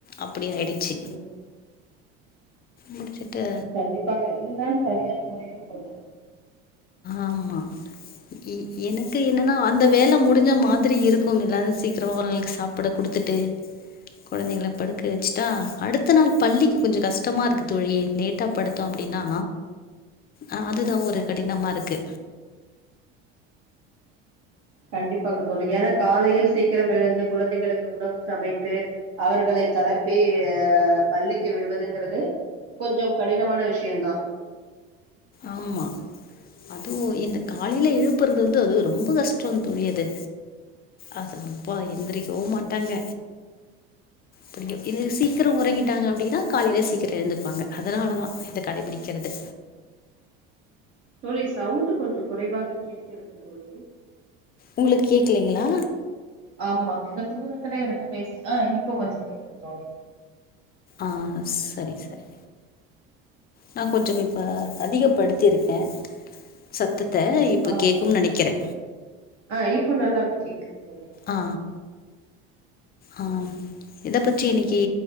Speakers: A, on the left (about 30°); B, on the right (about 55°).
A: அப்டி ஆயிடு ச்சு
B: ம்
A: முடிச்சுட்டு
B: கண்டிப்பாக இதுதான் சரியான முறையும் கூட
A: ஆமா இ எனக்கு என்னன்னா அந்த வேல முடிஞ்ச மாதிரி இருக்குங்க எல்லாரு சீக்கிரொ அவங்களுக்கு சாப் புட குடுத்துட்டு கொழந்தைங்கள படுக்க வெச்சுட்டா அடுத்த நாள் பள்ளிக்கு கொஞ்சொ கஷ்டமா இருக்கு தோழி லேட்டா படுத்தோ அப்டின்னா அ அதுதா
B: ம்
A: ஒரு கடினமா இருக்கு
B: கண்டிப்பாக தோழி ஏன்னா காலையில் சீக்கிரம் எழுந்து குழந்தைகளுக்கு உணவு சமைத்து அவர்களை களப்பி ஆ பள்ளிக்கு விடுவதுங்குறது கொஞ்சம் கடினமான விஷயந்தா
A: ஆமா அதுவு இந்த காலையில எழுப்பறது வந்து அது ரொம்ப கஷ்டோ தோழி அது அது அப்பா எந்திரிக்கவு மாட்டாங்க பிடிக்கு இது சீக்கிரொ உறங்கிட்டாங்க அப்டினா காலையில சீக்கிர எழுந்துப்பாங்க அதனாலதா இத கடைபிடிக்கறது
B: தோழி சவுண்டு கொஞ்சொ குறைவாக கேட்கிறது தோழி
A: உங்களுக் கேக்குலைங்களா
B: ஆமா எதொ தூரத்துல இருந்து பேசு ஆ இப்போ கொஞ்சொ கேக்குது தோழி
A: ஆ சரி சரி நா கொஞ்ச இப்ப அதிகப்படுத்தி இருக்கே சத்தத்த இப்ப
B: ஆ
A: கேக்கும் நெனக்கிறே
B: ஆ இப்போ நல்லாவே கேக்குது தோழி
A: ஆ ஆ எத பற்றி இன்னிக்கி